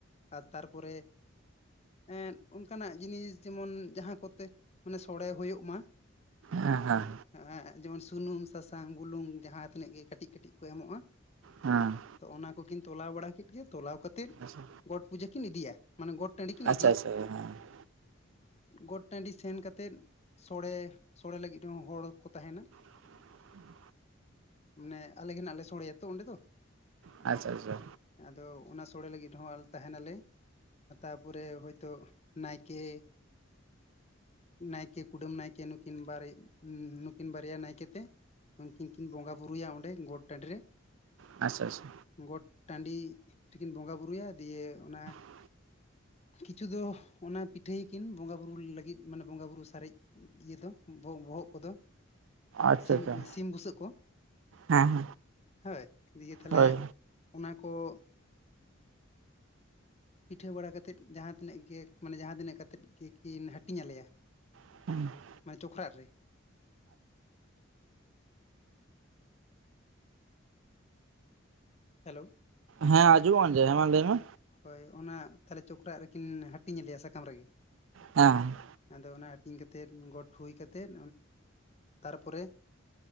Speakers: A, on the left (about 35°); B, on the right (about 70°).
A: ᱟᱨ ᱛᱟᱨᱯᱚᱨᱮ <unintelligible> ᱚᱱᱠᱟᱱᱟᱜ ᱡᱤᱱᱤᱥ ᱡᱮᱢᱚᱱ ᱡᱟᱦᱟᱸ ᱠᱚᱛᱮᱼᱼ ᱢᱟᱱᱮ ᱥᱚᱲᱮ ᱦᱩᱭᱩᱜ ᱢᱟ <unintelligible>
B: ᱦᱮᱸ ᱦᱮᱸ ᱦᱮᱸ
A: ᱼᱼ ᱡᱮᱢᱚᱱ ᱥᱩᱱᱩᱢ ᱥᱟᱥᱟᱝ ᱵᱩᱞᱩᱝ ᱡᱟᱦᱟᱸ ᱛᱤᱱᱟᱹᱜ ᱜᱮ ᱠᱟᱹᱴᱤᱡ ᱠᱟᱹᱴᱤᱡ ᱠᱚ ᱮᱢᱚᱜᱼᱟᱼᱼ
B: ᱦᱮᱸ᱾
A: ᱛᱚ ᱚᱱᱟ ᱠᱚᱠᱤᱱ ᱛᱚᱞᱟᱣ ᱵᱟᱲᱟ ᱠᱮᱫ ᱜᱮ ᱛᱚᱞᱟᱣ ᱠᱟᱛᱮᱫ
B: ᱟᱪᱪᱷᱟ
A: ᱜᱚᱴ ᱯᱩᱡᱟᱹ ᱠᱤᱱ ᱤᱫᱤᱭᱟ ᱢᱟᱱᱮ ᱜᱚᱴᱼᱼ ᱴᱟᱺᱰᱤ ᱠᱤᱱ
B: ᱟᱪᱪᱷᱟ
A: ᱤᱫᱤᱭᱟ᱾
B: ᱦᱮᱸ ᱟᱪᱪᱷᱟ ᱟᱪᱪᱷᱟ ᱦᱮᱸ ᱦᱮᱸ ᱟᱪᱪᱷᱟ ᱟᱪᱪᱷᱟ
A: ᱜᱚᱴ <unintelligible> ᱴᱟᱺᱰᱤ ᱥᱮᱱ ᱠᱟᱛᱮᱫ ᱥᱚᱲᱮ ᱥᱚᱲᱮ ᱞᱟᱹᱜᱤᱫ ᱦᱚᱸ ᱦᱚᱲ ᱠᱚ ᱛᱟᱦᱮᱱᱟ᱾
B: <inaudible>
A: ᱢᱟᱱᱮ ᱟᱞᱮ ᱜᱮ ᱦᱟᱜ ᱞᱮ ᱥᱚᱲᱮᱭᱟᱛᱚ ᱚᱸᱰᱮ ᱫᱚᱼᱼ
B: ᱟᱪᱪᱷᱟ ᱟᱪᱪᱷᱟ᱾
A: ᱟᱫᱚ ᱚᱱᱟ ᱥᱳᱲᱮ ᱞᱟᱹᱜᱤᱫ ᱦᱚᱸ ᱛᱟᱦᱮᱱᱟᱞᱮ ᱛᱟᱯᱚᱨᱮ ᱦᱚᱭᱛᱚᱼᱼ ᱱᱟᱭᱠᱮᱼᱼ ᱱᱟᱭᱠᱮ ᱠᱩᱰᱟᱹᱢ ᱱᱟᱭᱠᱮ ᱱᱩᱠᱤᱱ ᱵᱟᱨᱭᱟ ᱱᱩᱠᱤᱱ ᱵᱟᱨᱭᱟ ᱱᱟᱭᱠᱮ ᱛᱮᱼᱼ ᱩᱱᱠᱤᱱ ᱠᱤᱱ ᱵᱚᱸᱜᱟ ᱵᱩᱨᱩᱭᱟ ᱚᱸᱰᱮ ᱜᱚᱴ ᱴᱟᱺᱰᱤ ᱨᱮ᱾
B: ᱟᱪᱪᱷᱟ ᱟᱪᱷᱟ᱾
A: ᱜᱚᱴ ᱴᱟᱺᱰᱤ ᱨᱮᱠᱤᱱ ᱵᱚᱸᱜᱟ ᱵᱩᱨᱩᱭᱟ ᱫᱤᱭᱮ ᱚᱱᱟᱼᱼ
B: <unintelligible> ᱼᱼ
A: ᱠᱤᱪᱷᱩ ᱫᱚ ᱚᱱᱟ ᱯᱤᱴᱷᱟᱹᱭᱟᱠᱤᱱ ᱵᱚᱸᱜᱟᱼᱵᱩᱨᱩ ᱞᱟᱹᱜᱤᱫ ᱢᱟᱱᱮ ᱵᱚᱸᱜᱟᱼ ᱵᱩᱨᱩ ᱥᱟᱨᱮᱡᱼᱼ ᱤᱭᱟᱹ ᱫᱚ ᱵᱚᱦᱚᱜ ᱠᱚᱫᱚᱼᱼ
B: ᱟᱪᱪᱷᱟ
A: ᱥᱤᱢ
B: ᱦᱮᱸ
A: ᱥᱤᱢ ᱵᱩᱥᱟᱹᱜ ᱠᱚ
B: ᱦᱮᱸ
A: ᱦᱳᱭ᱾ ᱫᱤᱭᱮ ᱛᱟᱦᱚᱞᱮ
B: ᱦᱳᱭ
A: ᱚᱱᱟ ᱠᱚᱼᱼ ᱯᱤᱴᱷᱟᱹ ᱵᱟᱲᱟ ᱠᱟᱛᱮᱫ ᱡᱟᱦᱟᱸ ᱛᱤᱱᱟᱹᱜ ᱜᱮ ᱢᱟᱱᱮ ᱡᱟᱦᱟᱸ ᱛᱤᱱᱟᱹᱜ ᱠᱟᱛᱮᱫ ᱜᱮᱠᱤᱱ ᱦᱟᱹᱴᱤᱧ ᱟᱞᱮᱭᱟᱼᱼ
B: ᱦᱮᱸ
A: ᱢᱟᱱᱮ <unintelligible> ᱨᱮᱼᱼ ᱦᱮᱞᱳ
B: ᱦᱮᱸ ᱟᱸᱡᱩ ᱟᱸᱡᱮ ᱦᱮᱸ ᱞᱟᱹᱭ ᱢᱮ᱾
A: ᱦᱳᱭ ᱚᱱᱟ ᱛᱟᱦᱚᱞᱮ ᱪᱚᱠᱨᱟᱜ ᱨᱮᱠᱤᱱ ᱦᱟᱹᱴᱤᱧ ᱞᱮᱭᱟ ᱥᱟᱠᱟᱢ ᱨᱮᱜᱮ᱾
B: ᱦᱮᱸ
A: ᱟᱫᱚ ᱚᱱᱟ ᱦᱟᱹᱴᱤᱧ ᱠᱟᱛᱮᱫ ᱜᱚᱴ ᱦᱩᱭ ᱠᱟᱛᱮᱫ ᱛᱟᱨᱯᱚᱨᱮ